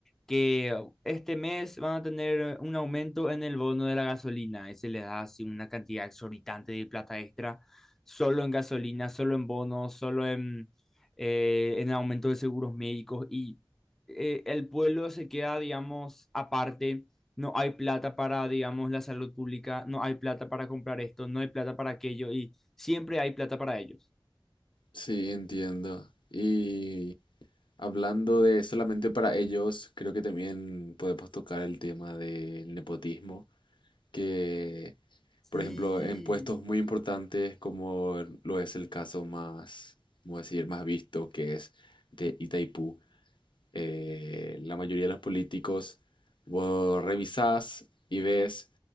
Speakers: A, in the centre; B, on the left.
A: que este mes van a tener un aumento en el bono de la gasolina y se les da así una cantidad exorbitante de plata extra, solo en gasolina, solo en bonos, solo en, eh, en aumento de seguros médicos y eh, el pueblo se queda, digamos, aparte. No hay plata para, digamos, la salud pública, no hay plata para comprar esto, no hay plata para aquello y siempre hay plata para ello.
B: sí, entiendo. Y hablando de solamente para ellos, creo que también podemos tocar el tema del nepotismo, que, por
A: Sí,
B: ejemplo, en puestos muy importantes como lo es el caso más, ¿cómo decir?, más visto, que es de Itaipú eh, la mayoría de los políticos, vos revisás y ves,